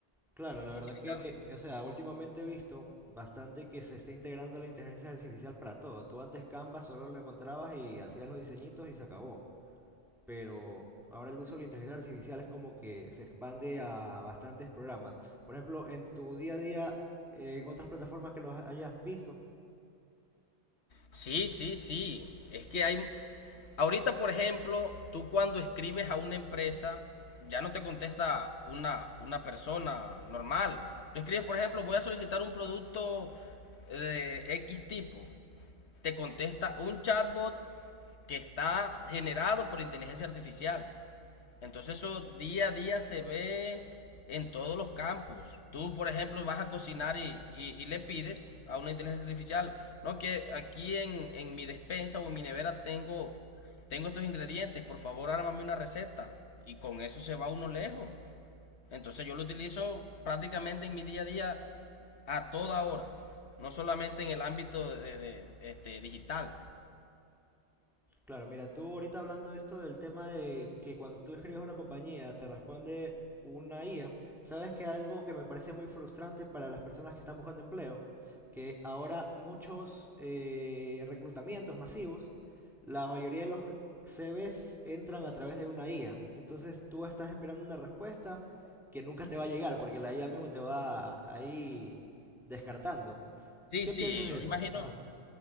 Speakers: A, in the centre; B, on the left.
A: Claro, la verdad
B: utilizando.
A: que, o sea, últimamente he visto bastante que se está integrando la inteligencia artificial para todo. Tú antes Canva solo lo encontrabas y hacías los diseñitos y se acabó. Pero ahora el uso de la inteligencia artificial es como que se expande a bastantes programas. Por ejemplo, en tu día a día, en otras plataformas que los hayas visto.
B: Sí, sí, sí. Es que hay, Ahorita, por ejemplo, tú cuando escribes a una empresa, ya no te contesta una, una persona normal. Tú escribes, por ejemplo, voy a solicitar un producto eh, de X tipo. Te contesta un chatbot que está generado por inteligencia artificial. Entonces eso día a día se ve en todos los campos. Tú, por ejemplo, vas a cocinar y, y- y le pides a una inteligencia artificial, no que aquí en, en mi despensa o en mi nevera tengo, tengo estos ingredientes, por favor, ármame una receta. Y con eso se va uno lejos. Entonces yo lo utilizo prácticamente en mi día a día a toda hora, no solamente en el ámbito de, de- este, digital.
A: Claro, mira, tú ahorita hablando de esto del tema de que cuando tú escribes a una compañía te responde una IA, sabes que algo que me parece muy frustrante para las personas que están buscando empleo, que ahora muchos eh, reclutamientos masivos, la mayoría de los CVs entran a través de una IA, entonces tú estás esperando una respuesta que nunca te va a llegar porque la IA mismo te va ahí descartando.
B: Sí,
A: ¿Qué
B: sí,
A: piensas
B: yo
A: de eso?
B: me imagino.
A: Ajá.